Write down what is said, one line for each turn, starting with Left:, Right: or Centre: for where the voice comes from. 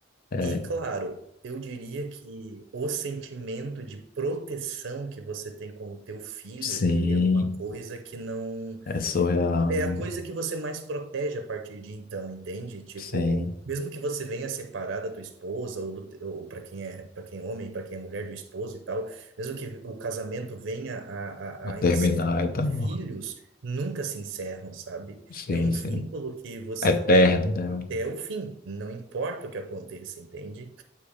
Left: É,
Right: E claro, eu diria que o sentimento de proteção que você tem com o teu filho,
Left: sim,
Right: ele é uma coisa que não
Left: é surreal,
Right: é
Left: né?
Right: a coisa que você mais protege a partir de então, entende? Tipo,
Left: Sim,
Right: mesmo que você venha separar da tua esposa ou, do te- ou para quem é para quem é homem, para quem é mulher do esposo e tal, mesmo que o casamento venha a,
Left: não
Right: a,
Left: terminar
Right: a encerrar,
Left: e tal.
Right: filhos nunca se encerram, sabe?
Left: Sim,
Right: É um
Left: sim.
Right: vínculo que você
Left: Eterno,
Right: tem até
Left: né?
Right: o fim, não importa o que aconteça, entende?